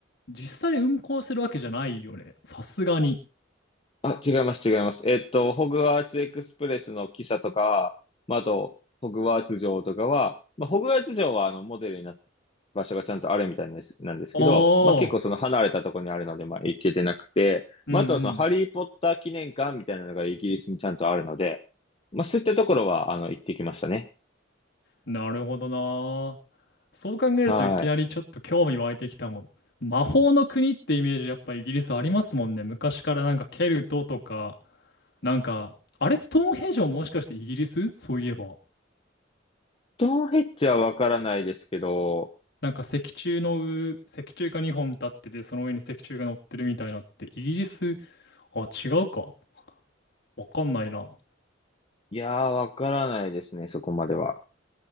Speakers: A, on the left; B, on the left.
A: 実際運行してるわけじゃないよね。さすがに。
B: あ、違います、違います。えっと、ホグワーツエクスプレスの汽車とか、まあ、あと、ホグワーツ城とかは、まあ、ホグワーツ城は、あの、モデルになって、場所がちゃんとあるみたいです、なんですけど、
A: ああ、
B: まあ、結構その離れたところにあるので、まあ、行けてなくて、
A: うんうん。
B: まあ、あとはその、ハリーポッター記念館みたいなのがイギリスにちゃんとあるので、まあ、そういったところは、あの、行ってきましたね。
A: なるほどな。そう考えるといきなりちょっと興味湧いてきたもん。
B: はい。
A: 魔法の国ってイメージやっぱイギリスありますもんね。昔からなんかケルトとか、なんか、あれストーンヘンジももしかしてイギリスそういえば。
B: ストーンヘッジはわからないですけど、
A: なんか石柱の上、石柱が2本立ってて、その上に石柱が乗ってるみたいなってイギリス、あ、違うか。わかんないな。
B: いやー、わからないですね、そこまでは。